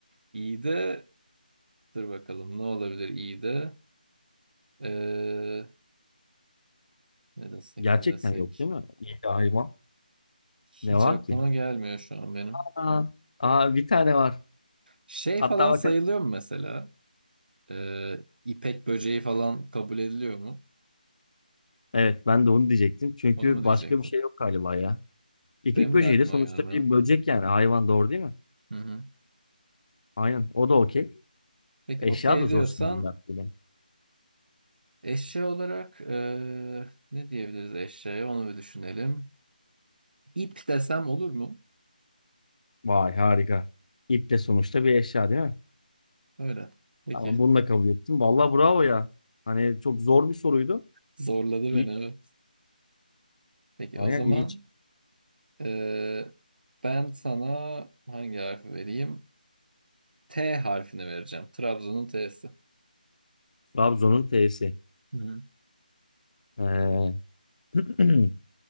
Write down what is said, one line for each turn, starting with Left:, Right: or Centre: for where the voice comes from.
Right: İyi de dur bakalım ne olabilir iyi de. Ee, ne desek
Left: Gerçekten
Right: ne desek.
Left: yok değil mi? İyi de hayvan.
Right: Hiç
Left: Ne var
Right: aklıma
Left: ki?
Right: gelmiyor şu an benim.
Left: Aa, aa, bir tane var.
Right: Şey
Left: Hatta
Right: falan
Left: bak.
Right: sayılıyor mu mesela? Ee, ipek böceği falan kabul ediliyor mu?
Left: Evet ben de onu diyecektim. Çünkü
Right: Onu mu diyecektim?
Left: başka bir şey yok galiba ya. İpek
Right: Benim
Left: böceği
Right: de aklıma
Left: de sonuçta
Right: gelmiyor.
Left: bir böcek yani hayvan doğru değil mi?
Right: Hı hı.
Left: Aynen o da okey.
Right: Peki
Left: Eşya
Right: okey
Left: da zor
Right: diyorsan
Left: şimdi bu yaptığım.
Right: eşya olarak eee, ne diyebiliriz eşyaya onu bir düşünelim. İp desem olur mu?
Left: Vay harika. İp de sonuçta bir eşya değil mi?
Right: Öyle. Peki.
Left: Tamam bunu da kabul ettim. Vallahi bravo ya. Hani çok zor bir soruydu.
Right: Zorladı
Left: İyi.
Right: beni evet. Peki
Left: Aynen
Right: o zaman
Left: iyi. çıktı.
Right: eee, ben sana hangi harfi vereyim? T harfini vereceğim. Trabzon'un T'si.
Left: Trabzon'un T'si.
Right: Hı hı.
Left: Ee, <clears throat>